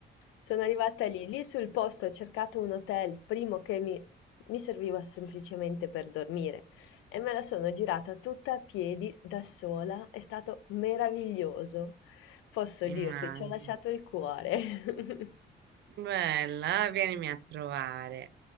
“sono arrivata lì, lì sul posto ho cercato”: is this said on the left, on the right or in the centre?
Left